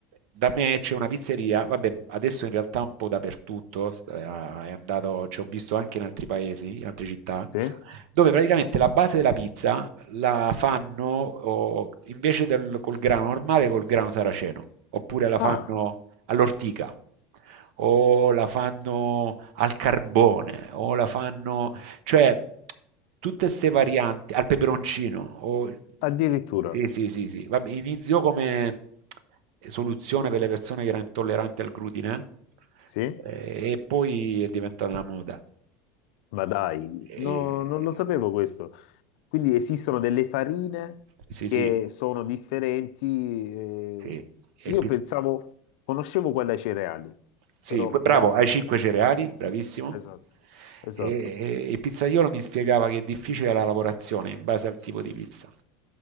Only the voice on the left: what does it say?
sì.
Ah,
addirittura,
sì.
Ma dai,
no- non lo sapevo questo. Quindi esistono delle farine
che
sono differenti. eh,
Io
pensavo, conoscevo quella ai cereali,
però
le altre...
Esatto, esatto.